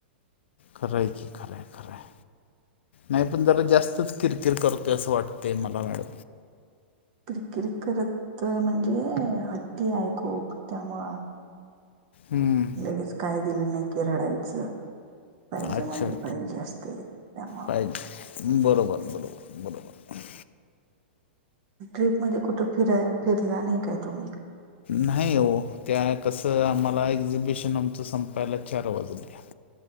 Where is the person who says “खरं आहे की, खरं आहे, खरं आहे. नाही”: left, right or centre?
Left